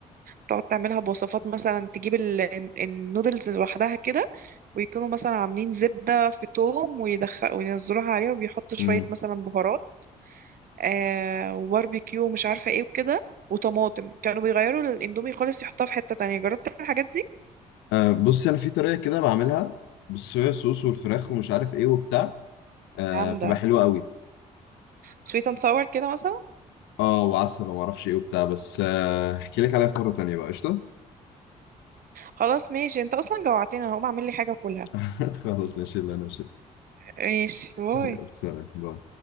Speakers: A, on the right (about 50°); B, on the left (about 75°).
A: تقعد تعملها بوصفات مثلا تجيب ال... النودلز لوحدها كده ويكونوا مثلا عاملين زبدة في توم ويدخل وينزلوها عليها وبيحطوا شوية
B: امم
A: مثلا بهارات آه وباربيكيو ومش عارفة ايه وكده وطماطم كانوا بيغيروا الاندومي خالص يحطها في حتة تانية جربت الحاجات دي
B: آه بصي انا في طريقه كده بعملها بالصويا صوص والفراخ ومش عارف ايه وبتاع آه
A: جامدة
B: بتبقى حلوه قوي
A: سويت اند ساور كده مثلا
B: اه وعسل وما اعرفش ايه وبتاع بس آه، احكي لك عليها في مره تانيه بقى قشطه
A: خلاص ماشي انت اصلا جوعتني انا هقوم اعمل لي حاجة اكلها
B: <laughs> خلاص ماشي اللي انا
A: ماشي باي
B: يلا سلام باي